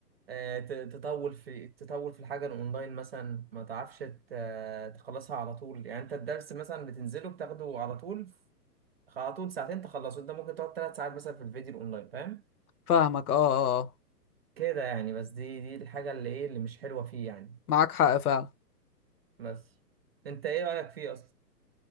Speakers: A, on the right; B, on the left.
A: آه، ت- تطول في تطول في الحاجه الاونلاين مثلا ما تعرفش ت- تخلصها على طول يعني انت الدرس مثلا بتنزله بتاخده على طول ف- على طول ساعتين تخلصه انت ممكن تقعد ثلاث ساعات مثلا في الفيديو الاونلاين فاهم
B: فاهمك اه اه آه.
A: كده يعني بس دي دي الحاجه اللي ايه اللي مش حلوه فيه يعني
B: معاك حق فعلا
A: بس انت ايه رايك فيه اصلا